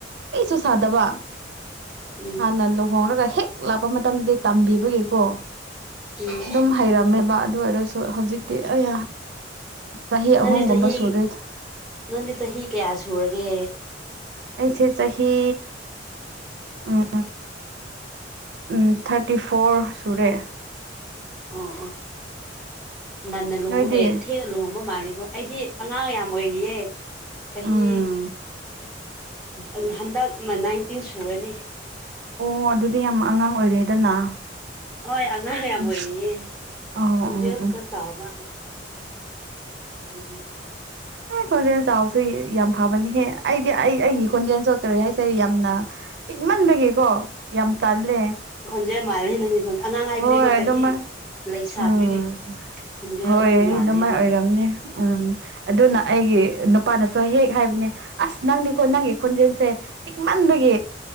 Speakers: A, on the right (about 65°); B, in the centre.
A: ꯑꯩꯁꯨ ꯁꯥꯗꯕ
B: ꯎꯝ
A: ꯍꯥꯟꯅ ꯂꯨꯍꯣꯡꯔꯒ ꯍꯦꯛ ꯂꯥꯛꯄ ꯃꯇꯝꯗꯗꯤ ꯇꯝꯕꯤꯕꯒꯤꯀꯣ
B: ꯎꯝ
A: ꯑꯗꯨꯝ ꯍꯩꯔꯝꯃꯦꯕ ꯑꯗꯨ ꯑꯣꯏꯔꯁꯨ ꯍꯧꯖꯤꯛꯇꯤ ꯑꯩ ꯆꯍꯤ ꯑꯍꯨꯝꯒꯨꯝꯕ
B: ꯅꯪꯗꯤ ꯆꯍꯤ
A: ꯁꯨꯨꯔꯠ
B: ꯅꯪꯗꯤ ꯆꯍꯤ ꯀꯌꯥ ꯁꯨꯔꯒꯦ
A: ꯑꯩꯁꯦ ꯆꯍꯤꯍꯤ ꯎꯝ ꯎꯝ ꯊꯥꯔꯇꯤ ꯐꯣꯔ ꯁꯨꯔꯦ
B: ꯑꯣ ꯑꯣ ꯅꯅ ꯂꯨꯍꯣ
A: ꯅꯣꯏꯗꯤ
B: ꯏꯊꯦ ꯂꯨꯍꯣꯡꯕ ꯃꯥꯦ ꯑꯣ ꯑꯩꯗꯤ ꯑꯉꯥꯡ ꯌꯥꯝꯌꯥꯝ ꯑꯣꯏꯔꯤꯌꯦ ꯆꯍꯤ
A: ꯎꯝ
B: ꯎꯝ ꯍꯟꯗꯛꯅ ꯅꯥꯏꯟꯇꯤꯟ ꯁꯨꯔꯅꯤ
A: ꯑꯣ ꯑꯗꯨꯗꯤ ꯌꯥꯝ ꯑꯉꯥꯡ ꯑꯣꯏꯔꯦꯗꯅ
B: ꯍꯣꯏ ꯑꯉꯥꯡ ꯌꯥꯝ
A: ꯎꯝ
B: ꯑꯣꯏꯔꯤꯌꯦ
A: ꯑꯧ
B: ꯈꯣꯟꯖꯦꯜ
A: ꯎꯝ ꯎꯝ
B: ꯈꯛꯇ ꯆꯥꯎꯕ ꯇꯕꯤ
A: ꯑꯦ ꯈꯣꯟꯖꯦꯜ ꯆꯥꯎꯁꯦ ꯌꯥꯝ ꯐꯕꯅꯤꯍꯦ ꯑꯩꯗꯤ ꯑꯩ ꯑꯩꯒꯤ ꯈꯣꯟꯖꯦꯜꯁꯨ ꯀꯔꯤ ꯍꯥꯏꯁꯦ ꯌꯥꯝꯅ ꯄꯤꯛꯃꯟꯕꯒꯤꯀꯣ ꯌꯥꯝ ꯇꯜꯂꯦ
B: ꯑꯗꯨ ꯃꯥꯜꯂꯦ ꯅꯪ ꯈꯦ ꯑꯉꯥꯡ ꯍꯥꯏꯕꯗꯤꯀꯣ
A: ꯍꯣꯏ
B: ꯆꯍꯤ
A: ꯑꯗꯨꯃꯥꯏ
B: ꯂꯩꯁꯥꯕꯤꯒꯤ
A: ꯎꯝ
B: ꯈꯟꯖ
A: ꯍꯣꯏ
B: ꯃꯥꯜꯂꯦꯕ
A: ꯑꯗꯨꯃꯥꯏ ꯑꯣꯏꯔꯝꯅꯤ ꯎꯝ ꯑꯗꯨꯅ ꯑꯩꯒꯤ ꯅꯨꯄꯥꯅ ꯍꯦꯛ ꯍꯥꯏꯕꯅꯦ ꯑꯁ ꯅꯪꯗꯤꯀꯣ ꯅꯪꯒꯤ ꯈꯣꯟꯖꯦꯜꯁꯦ ꯄꯤꯛꯃꯟꯕꯒꯤ